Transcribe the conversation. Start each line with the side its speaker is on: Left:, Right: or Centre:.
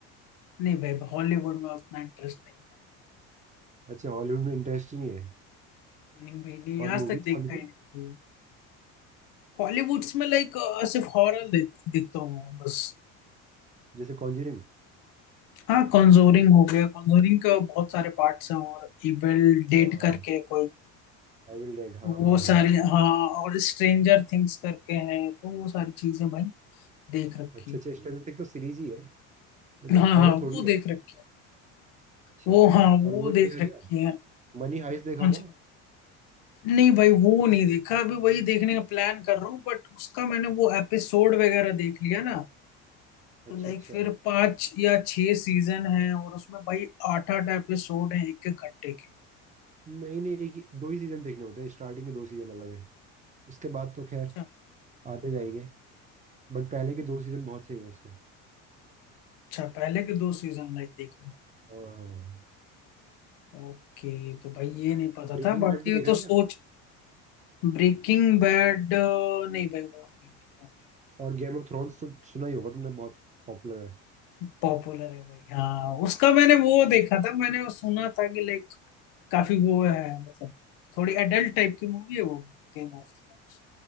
Left: नहीं भाई हॉलीवुड में उतना इंटरेस्ट नहीं है
Right: अच्छा हॉलीवुड में इंटरेस्ट ही नहीं है
Left: भाई नहीं भाई नहीं
Right: और
Left: आज
Right: मूवीज
Left: तक देखा
Right: हॉलीवुड
Left: ही नहीं हॉलीवुड्स में लाइक सिर्फ हॉरर देख, देखता हूँ मैं बस
Right: जैसे कॉन्जरिंग
Left: हाँ कॉन्जोरिंग हो गया कॉन्जोरिंग का बहुत सारे पार्ट्स हैं और इविल डेट
Right: हाँ हाँ
Left: करके कोई
Right: आई विल डेड हाँ
Left: तो
Right: हाँ
Left: वो सारी
Right: हाँ
Left: हाँ और स्ट्रेंजर थिंग्स करके हैं तो वो सारी चीजें भाई देख रखी
Right: अच्छा अच्छा स्ट्रेंजर थिंग्स तो सीरीज ही है वो तो
Left: हाँ
Right: हॉरर
Left: हाँ वो
Right: थोड़ी है
Left: देख रखी है
Right: अच्छा
Left: वो हाँ वो
Right: और वो नहीं
Left: देख
Right: देखा
Left: रखी
Right: क्या
Left: है
Right: मनी हाइस्ट देखा
Left: कौन
Right: हुआ
Left: सी कौन नहीं भाई वो नहीं देखा अभी वही देखने का प्लान कर रहा हूँ बट उसका मैंने वो एपिसोड वगैरह देख लिया ना
Right: अच्छा
Left: लाइक
Right: अच्छा
Left: फिर पांच या छह सीजन है और उसमें भाई आठ आठ एपिसोड है एक एक घंटे के
Right: नहीं नहीं एक ही दो ही सीजन देखने होते हैं स्टार्टिंग के दो सीजन अलग है उसके बाद तो खैर
Left: अच्छा
Right: आते जाएंगे बट पहले के दो सीजन बहुत सही है उसके
Left: अच्छा पहले के दो सीजन लाइक देखने
Right: हाँ
Left: हैं। ओके तो भाई ये नहीं पता
Right: ब्रेकिंग
Left: था बाकी
Right: बैड भी देखा
Left: तो
Right: है क्या
Left: सोच ब्रेकिंग बैड नहीं भाई वो नहीं देखा भाई
Right: और गेम ऑफ थ्रोन्स तो सुना ही होगा तुमने बहुत पॉपुलर है
Left: पॉपुलर है भाई हाँ उसका मैंने वो देखा था मैंने वो सुना था कि like काफी वो है मतलब थोड़ी एडल्ट टाइप की मूवी है वो गेम ऑफ थ्रोन्स